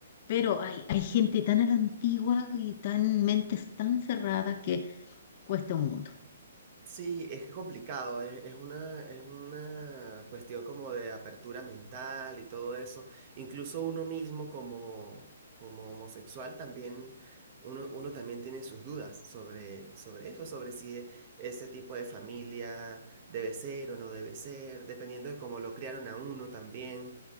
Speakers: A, on the left (about 30°); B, on the right (about 25°).
A: Pero hay, hay gente tan a la antigua y tan mentes tan cerradas que cuesta un mundo.
B: Sí, es que es complicado, es, es una, es una cuestión como de apertura mental y todo eso. Incluso uno mismo como, como homosexual también, uno, uno también tiene sus dudas sobre, sobre eso, sobre si e- ese tipo de familia debe ser o no debe ser, dependiendo de cómo lo criaron a uno también.